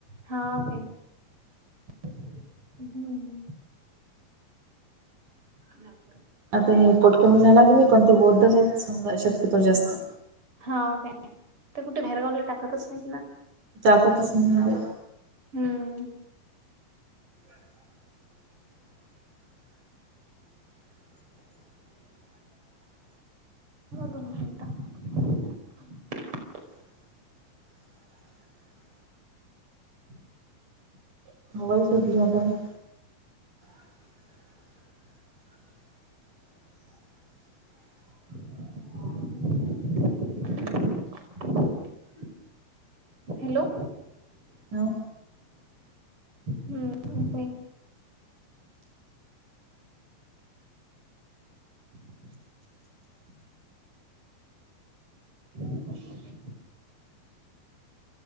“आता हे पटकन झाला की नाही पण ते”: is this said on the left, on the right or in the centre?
Right